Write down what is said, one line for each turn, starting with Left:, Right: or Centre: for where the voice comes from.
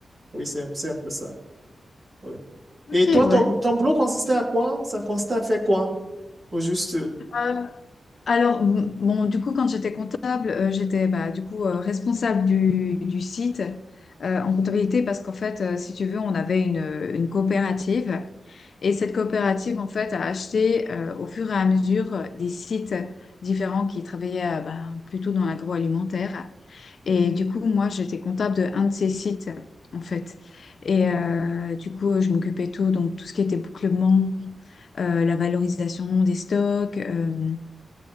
Right: oui, c'est un, c'est un peu ça. oui. Et
Left: ok,
Right: toi, ton,
Left: ouais.
Right: ton boulot consistait à quoi? Ça consistait à faire quoi? Au juste. euh,
Left: Euh, alors, m- bon, du coup, quand j'étais comptable, euh, j'étais bah, du coup euh, responsable du, du site euh, en comptabilité parce qu'en fait, euh, si tu veux, on avait une, une coopérative et cette coopérative, en fait, a acheté euh, au fur et à mesure euh, des sites différents qui travaillaient euh, bah, plutôt dans l'agroalimentaire. Et du coup, moi, j'étais comptable de un de ces sites, en fait. Et euh, du coup, je m'occupais de tout, donc tout ce qui était bouclement, euh, la valorisation des stocks, euh,